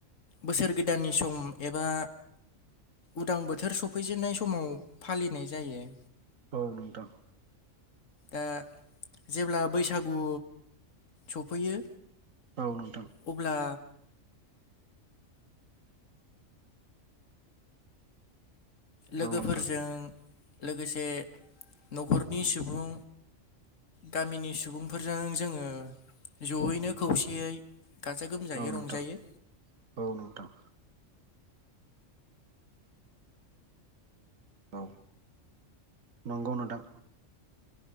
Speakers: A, on the left; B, on the right.
A: बोसोर गोदाननि सम एबा उदां बोथोर सफैजेननाय समाव फालिनाय जायो।
B: औ नोंथां।
A: ओ- जेब्ला बैसागु सफैयो
B: औ नोंथां
A: अब्ला लोगोफोरजों
B: औ नोंथां
A: लोगोसे न'खरनि सुबुं गामिनि सुबुंफोरजों जोङो जयैनो खौसेयै। गाजा गोमजायै
B: औ नोंथां
A: रंजायो।
B: औ नोंथां। औ नंगौ नोंथां।